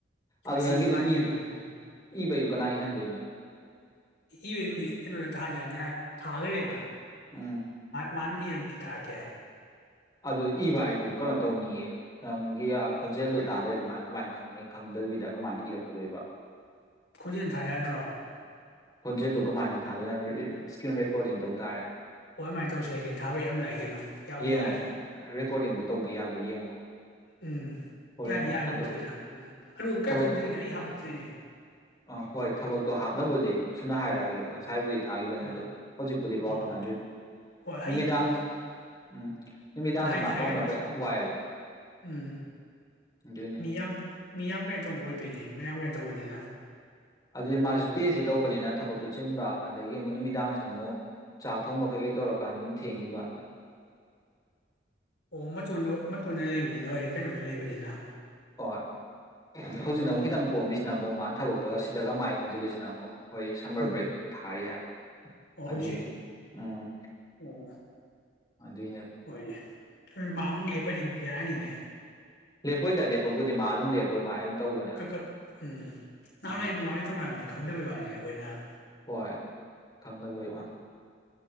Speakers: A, on the left; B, on the left.
A: ꯑꯗꯨ
B: ꯉꯁꯤꯕꯨ
A: ꯅꯪꯒꯤꯗꯨ
B: ꯉꯥꯟꯗꯦꯅ
A: ꯏ
B: ꯎꯝ
A: ꯏꯕꯩꯗꯨ ꯀꯅꯥ ꯏꯍꯟꯗꯣꯏꯅꯣ
B: ꯏꯕꯩꯕꯨꯗꯤ ꯀꯩꯅꯣꯗ ꯊꯥꯖꯔꯅꯤ ꯊꯥꯈ꯭ꯔꯦꯅ
A: ꯎꯝ
B: ꯃꯥꯅ ꯏꯔ ꯑꯃ ꯄꯤꯛꯊꯛꯑꯀꯦ
A: ꯑꯗꯨ ꯏꯕ ꯍꯥꯏꯗꯨ ꯀꯩꯅꯣ ꯇꯧꯅꯤꯌꯦ ꯅꯪꯒꯤ ꯈꯣꯟꯖꯦꯜꯗꯨꯣ ꯇꯥꯗ꯭ꯔꯗꯤ ꯃꯥꯅ ꯀꯃꯥꯏꯅ ꯈꯪꯅꯤ ꯈꯪꯗꯣꯏꯕꯤꯗ ꯀꯃꯥꯏꯅ ꯏꯔꯛꯀꯗꯣꯏꯕ
B: ꯈꯣꯟꯖꯤꯦꯜ ꯊꯥ ꯌꯥꯗ꯭ꯔꯣ
A: ꯈꯣꯟꯖꯦꯜꯗꯨ ꯀꯃꯥꯏꯅ ꯊꯥꯗꯅ ꯏꯁꯀ꯭ꯔꯤꯟ ꯔꯦꯀꯣꯔꯗꯤꯡ ꯇꯧ ꯇꯥꯔꯦ
B: ꯍꯣꯏ ꯑꯗꯨꯃꯥꯏꯅ ꯇꯧꯁꯤ ꯑꯩ ꯀꯩꯅꯣ ꯊꯥꯕ ꯌꯥꯝ ꯂꯥꯛꯏ ꯀꯩꯅꯣ ꯌꯥꯥꯕ
A: ꯌꯦꯡꯉꯣ
B: ꯌꯥꯗꯦ
A: ꯔꯦꯀꯣꯔꯗꯤꯡꯕꯨ ꯇꯧꯕ ꯌꯥꯕ꯭ꯔꯥ ꯌꯦꯡꯉꯣ
B: ꯎꯝ
A: ꯍꯣꯔꯦꯟ
B: ꯌꯥꯗꯤ ꯌꯥꯔꯦ
A: ꯑꯗꯣ
B: ꯑꯃ ꯊꯣꯛꯏꯗ ꯎꯝ ꯑꯔꯨꯕ ꯀꯩꯅꯣ
A: ꯊꯕꯛ
B: ꯇꯧꯗ꯭ꯔꯤꯅꯦ ꯑꯩ ꯍꯥꯄꯛꯇ꯭ꯔꯤꯅꯦ
A: ꯑꯥ ꯍꯣꯏ ꯊꯕꯛꯇꯣ ꯍꯥꯞꯅꯕꯕꯨꯗꯤ ꯑꯩ ꯊꯨꯅ ꯍꯥꯏꯔꯛꯑꯒꯦꯕ ꯉꯁꯥꯏꯕꯨꯗꯤ ꯊꯥꯈꯤꯕꯅꯦ
B: ꯎꯝ
A: ꯑꯗꯣ ꯍꯧꯖꯤꯛꯄꯨꯗꯤ ꯄꯥꯎ
B: ꯎꯝ
A: ꯐꯥꯎꯅꯗ꯭ꯔꯤ
B: ꯍꯣꯏ
A: ꯅꯨꯃꯤꯗꯥꯡ ꯎꯝ ꯅꯨꯃꯤꯗꯥꯡꯁꯤ
B: ꯍꯥꯏꯒꯦ
A: ꯃꯥ ꯄꯥꯎ
B: ꯍꯥꯏꯈ꯭ꯔꯣ
A: ꯐꯥꯎꯅꯕ
B: ꯉꯁꯤ
A: ꯌꯥꯝ ꯋꯥꯏꯑꯦꯕ
B: ꯎꯝ
A: ꯑꯗꯨꯏꯅꯦ
B: ꯃꯤꯌꯥꯝ ꯃꯤꯌꯥꯝ ꯀꯩꯅꯣ ꯇꯧꯕ ꯑꯣꯏꯗꯣꯏꯅꯤ ꯃꯌꯥꯝ ꯀ ꯇꯧꯕꯅꯤꯅ
A: ꯑꯗꯨꯗꯤ ꯃꯥꯁꯨ ꯄꯤ ꯑꯦꯁ
B: ꯎꯝ
A: ꯁꯤ ꯇꯧꯕꯅꯤꯅ ꯊꯕꯛ ꯇꯨꯠꯁꯤꯤꯟꯕ ꯑꯗꯒꯤ ꯑꯃꯨꯛ ꯅꯨꯃꯤꯗꯥꯡꯁꯤꯗ ꯑꯃꯨꯛ ꯆꯥꯛ ꯊꯣꯡꯕ ꯀꯩ ꯀꯩ ꯇꯧꯔꯀꯥꯟꯗ ꯑꯗꯨꯝ ꯊꯦꯡꯉꯤꯕ
B: ꯑꯣ ꯃꯇꯣꯟꯗ ꯃꯇꯣꯟꯗ ꯂꯩꯕꯅꯤꯅ ꯍꯣꯏ ꯀꯩꯅꯣꯗ ꯂꯩꯕꯅꯤꯅ ꯂ
A: ꯍꯣꯏ ꯍꯧꯖꯤꯛꯅ
B: ꯑꯗꯨꯅꯦ
A: ꯑꯃꯨꯛ ꯈꯤꯇꯪ ꯀꯣꯝꯃꯤꯁꯤꯅ ꯑꯃꯨꯛ ꯃꯥꯅ ꯊꯕꯛ ꯁꯤꯗꯒ ꯃꯥꯏ ꯑꯣꯟꯁꯤꯜꯂꯤꯁꯤꯅ ꯑꯃꯨꯛ ꯍꯣꯏ ꯁꯝꯃꯔ
B: ꯑꯥ
A: ꯕ꯭ꯔꯦꯛ ꯊꯥꯔꯤ ꯍꯥꯏꯕ
B: ꯑꯣ ꯍꯧꯖꯤꯛ
A: ꯑꯗꯨꯏꯅꯦ ꯎꯝ
B: ꯑꯣ
A: ꯑꯗꯨꯏꯅꯦꯕ
B: ꯍꯣꯏꯅꯦ ꯃꯥꯨ ꯂꯦ ꯑꯩꯈꯣꯏꯗꯤ ꯕꯦꯔꯥꯅꯤꯅꯦ
A: ꯂꯦꯄꯣꯏꯗ ꯂꯦꯄꯕꯨꯗꯤ ꯃꯥ ꯑꯗꯨꯝ ꯂꯦꯞꯄꯣꯏ ꯃꯥ ꯑꯗꯨꯝ ꯇꯧꯕꯅꯦ ꯑꯗꯨꯝ
B: ꯀꯛꯛ ꯎꯝ ꯅꯍꯥꯟꯋꯥꯏ
A: ꯎꯝ
B: ꯃꯃꯥꯡꯗꯩ ꯇꯧꯅꯛꯃꯤꯅꯦ ꯈꯪꯗꯕꯩꯕꯥꯅꯤꯅꯦ ꯑꯩꯈꯣꯏꯅ ꯑꯣ
A: ꯍꯣꯏ ꯈꯪꯗꯕꯩ ꯋꯥꯅꯤ